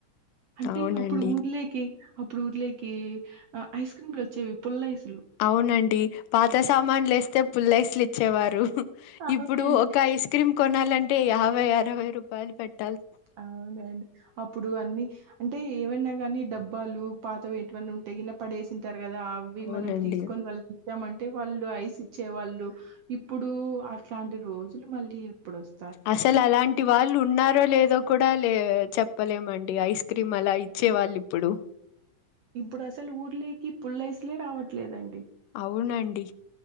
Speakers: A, on the right; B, on the left.
A: అంటే
B: అవునండి
A: అప్పుడుర్లేకి అప్పుడుర్లేకి ఐస్ క్రీమ్లొచ్చేవి పుల్లఐస్లు
B: అవునండి పాత సామాన్లేస్తే పుల్లైస్లు ఇచ్చేవారు
A: అవునండి.
B: ఇప్పుడు ఒక ఐస్ క్రీమ్ కొనల్ లంటే యాభై అరవై రూపాయలు పెట్
A: అవునండి అప్పుడు అన్ని అంటే ఏమన్నా గానీ డబ్బాలు పాత ఏంటివన్నా ఉంటే గిన పడేసింటర్ గదా అవ్వి
B: అవునండి
A: మనం తీసుకొన్ వాళ్ళకిచ్చామంటే వాళ్ళు ఐస్ ఇచ్చే వాళ్ళు ఇప్పుడు అట్లాంటి రోజులు మళ్ళీ ఎప్పుడొస్
B: అసలు అలాంటి వాళ్ళు ఉన్నారో లేదోక్ కూడా లే చెప్పలేమండి ఐస్ క్రీమ్ అలా ఇచ్చే వాళ్ళిప్పుడు
A: ఇప్పుడసలు ఊర్లేకి పుల్లైస్లే రావట్లేదండి
B: అవునండి